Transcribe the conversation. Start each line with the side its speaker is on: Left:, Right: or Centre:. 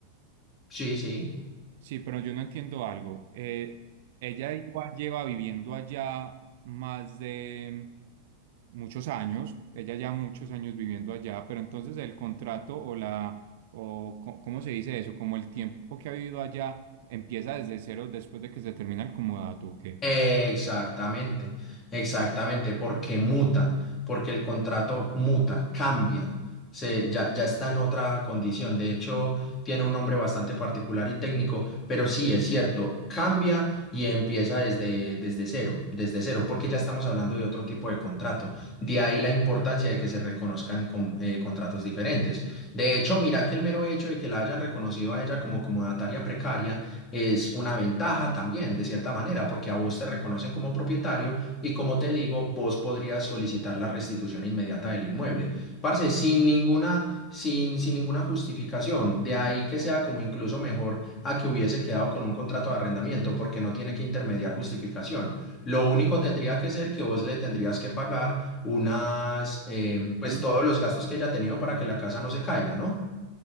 Left: sí, sí.
Right: Sí, pero yo no entiendo algo. Eh, ella igual lleva viviendo allá más de muchos años. Ella ya muchos años viviendo allá, pero entonces el contrato o la, o co- ¿cómo se dice eso? Como el tiempo que ha vivido allá empieza desde cero después de que se termina el comodato, ¿o qué?
Left: Exactamente, exactamente, porque muta, porque el contrato muta, cambia, se, ya, ya está en otra condición. De hecho, tiene un nombre bastante particular y técnico, pero sí, es cierto, cambia y empieza desde, desde cero, desde cero, porque ya estamos hablando de otro tipo de contrato. De ahí la importancia de que se reconozcan con- eh, contratos diferentes. De hecho, mira que el mero hecho de que la hayan reconocido a ella como comodataria precaria es una ventaja también, de cierta manera, porque a vos te reconocen como propietario y como te digo, vos podrías solicitar la restitución inmediata del inmueble. Parce, sin ninguna, sin, sin ninguna justificación, de ahí que sea como incluso mejor a que hubiese quedado con un contrato de arrendamiento, porque no tiene que intermediar justificación. Lo único tendría que ser que vos le tendrías que pagar unas, eh,
Right: Ujú.
Left: pues todos los gastos que haya tenido para que la casa no se caiga, ¿no?